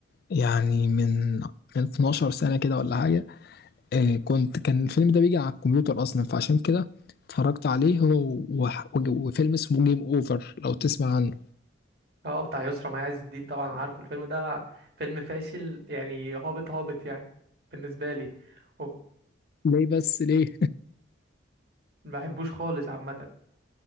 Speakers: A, on the left; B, on the right.
A: يعني من من 12 سنه كده ولا حاجه آه كنت كان الفيلم ده بيجي على الكمبيوتر اصلا فعشان كده اتفرجت عليه هو وح- وج- وفيلم اسمه جيم اوفر لو تسمع عنه
B: اه بتاع يسرا مي عز الدين طبعا عارفه الفيلم ده فيلم فاشل يعني هابط هابط يعني بالنسبه لي و-
A: ليه بس ليه
B: ما بحبوش خالص عامه